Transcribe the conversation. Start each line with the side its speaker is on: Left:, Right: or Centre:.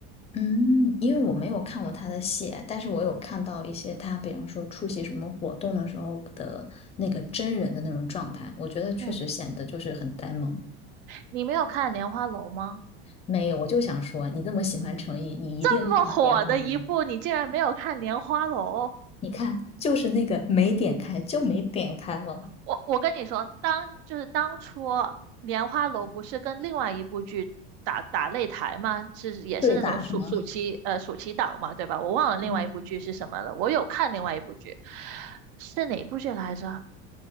Left: 嗯，因为我没有看过他的戏，但是我有看到一些他，比方说出席什么活动的时候的那个真人的那种状态，我觉得确实显得就是很呆萌。
Right: 嗯，你没有看《莲花楼》吗？
Left: 没有，我就想说，你这么喜欢成毅，你一定看了《莲花楼》。
Right: 这么火的一部，你竟然没有看《莲花楼》？
Left: 你看，就是那个没点开，就没点开了，
Right: 我我跟你说，当就是当初《莲花楼》不是跟另外一部剧打打擂台吗？是也是那种暑暑期呃暑期档嘛，
Left: 对打是吗？
Right: 对吧？我忘了另外一部剧是什么了。
Left: 嗯
Right: 我有看另外一部剧，是哪一部剧来着？